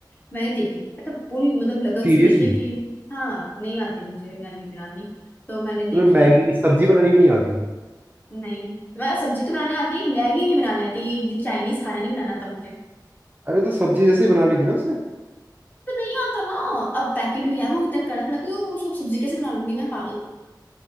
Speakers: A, on the left; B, on the right.
A: मैंने देखी मतलब पूरी मतलब लगन
B: सीरियसली
A: से देखी कि हाँ नहीं आती मुझे मैगी बनानी तो मैंने
B: तुम्हें
A: देखी
B: मैगी की सब्जी बनानी भी नहीं आती
A: नहीं मैं सब्जी तो बनाने आती है मैगी नहीं बनाने आती ये चाइनीज खाना नहीं बनाना था मुझे
B: अरे तो सब्जी जैसे ही बना ली थी ना उसने
A: तो नहीं आता ना अब पैकेट में यार वो इतना कड़क कड़क है, वो सब सब्जी कैसे बना लूंगी मैं पागल